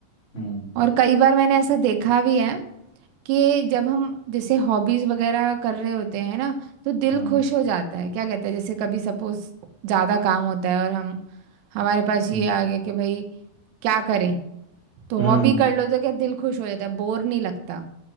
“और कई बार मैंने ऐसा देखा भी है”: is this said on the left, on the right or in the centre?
Right